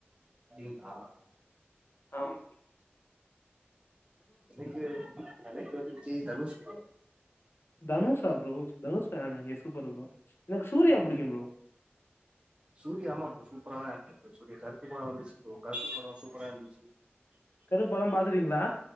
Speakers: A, on the right; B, on the left.
A: அப்டிங்களா
B: ஆம்
A: எனக்கு எனக் வந்து விஜய் தனுஷ் ப்ரோ
B: தனுஷா ப்ரோ தனுஷா ஃபேனா நீங்க சூப்பர் ப்ரோ எனக்கு சூர்யா
A: ஆமா
B: புடிக்கு ப்ரோ
A: சூர்யா ஆமா ப்ரோ சூப்பர்தா ஆக்ட் பண்றாரு சூரியா கருப்பு படோ வந்துச்சி ப்ரோ கருப்பு படோ சூப்பரா இந்துச்சு
B: கருப்படம் பாத்துட்டீங்ளா